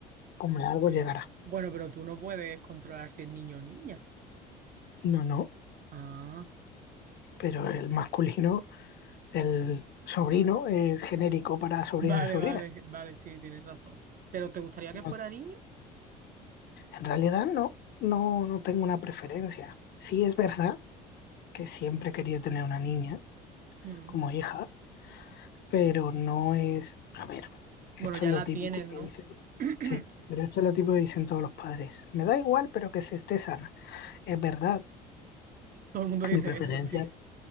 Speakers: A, on the left; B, on the right.
A: Hombre, algo llegará.
B: Bueno, pero tú no puedes controlar si es niño o niña.
A: No, no,
B: Ah,
A: pero el masculino, el sobrino es genérico para sobrino
B: vale,
A: y sobrina.
B: vale, vale, sí, tienes razón. ¿Pero te gustaría que
A: No,
B: fuera niño?
A: En realidad no, no, no tengo una preferencia. Sí es verdad que siempre quería tener una niña
B: Mm.
A: como hija, pero no es, a ver, esto
B: Bueno, ya
A: es lo
B: la
A: típico
B: tienes,
A: que
B: ¿no?
A: dicen,
B: <clears throat>
A: sí, pero esto es lo típico que dicen todos los padres. Me da igual, pero que se esté sana. Es verdad,
B: Todo el mundo dice
A: mi preferencia
B: eso, sí.